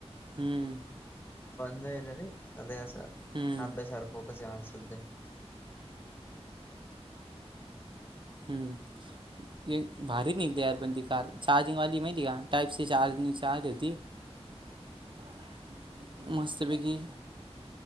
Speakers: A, on the right; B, on the left.
A: हम्म.
B: बंद झायल रे सध्या आस अभ्यासावर
A: हम्म
B: फोकस आहे माझा सध्या.
A: हम्म. ए भारी निघली यार पण ती कार चार्जिंगवाली माहितेय का टाईप. सी <unintelligible> होती <inaudible> मस्तपैकी